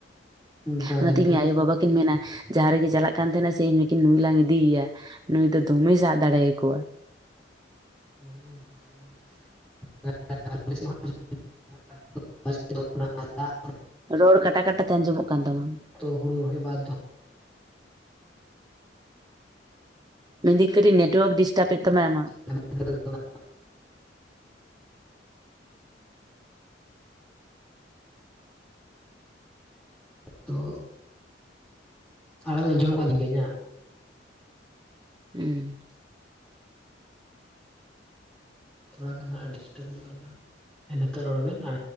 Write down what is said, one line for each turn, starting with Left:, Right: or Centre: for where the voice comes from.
Centre: ᱚᱱᱠᱟ
Right: ᱚᱱᱟ
Centre: ᱠᱟᱱ
Right: ᱛᱮ ᱤᱧ
Centre: ᱜᱮᱭᱟ
Right: ᱟᱭᱳ ᱵᱟᱵᱟᱼᱼ ᱠᱤᱱ ᱢᱮᱱᱟ ᱡᱟᱦᱟᱸ ᱨᱮᱜᱮ ᱪᱟᱞᱟᱜ ᱠᱟᱱ ᱛᱟᱦᱮᱱᱟ ᱥᱮ ᱤᱧ ᱜᱮ ᱠᱤᱱ ᱞᱟᱝ ᱤᱫᱤᱭᱮᱭᱟ ᱱᱩᱭ ᱫᱚ ᱫᱚᱢᱮ ᱥᱟᱵ ᱫᱟᱲᱮᱭ ᱟᱠᱚᱣᱟ
Centre: <unintelligible> <unintelligible>
Right: ᱨᱚᱲ ᱠᱟᱴᱟ ᱠᱟᱴᱟ ᱛᱮ ᱟᱸᱡᱚᱢᱚᱜ ᱠᱟᱱ ᱛᱟᱢᱟ
Centre: ᱛᱚ ᱦᱩᱲᱩ ᱨᱚᱭ ᱵᱟᱫᱽᱫᱷᱚᱼᱼ
Right: ᱢᱮᱱᱫᱟᱹᱧ ᱠᱟᱹᱴᱤᱡ ᱱᱮᱴᱳᱣᱟᱨᱠ ᱰᱤᱥᱴᱟᱵ ᱮ ᱛᱟᱢᱟ ᱟᱢᱟᱜ
Centre: <inaudible> ᱟᱫᱚᱼᱼ ᱟᱲᱟᱝ ᱟᱡᱚᱢᱚᱜ ᱠᱟᱱ ᱛᱤᱧᱟᱹ ᱤᱧᱟᱹᱜ
Right: ᱦᱩᱸᱼᱼ
Centre: ᱛᱷᱚᱲᱟ ᱜᱟᱱ ᱰᱤᱥᱴᱟᱵ ᱠᱟᱛᱮ ᱱᱤᱛᱚᱜ ᱨᱚᱲ ᱵᱮᱱ ᱟᱨᱼᱼ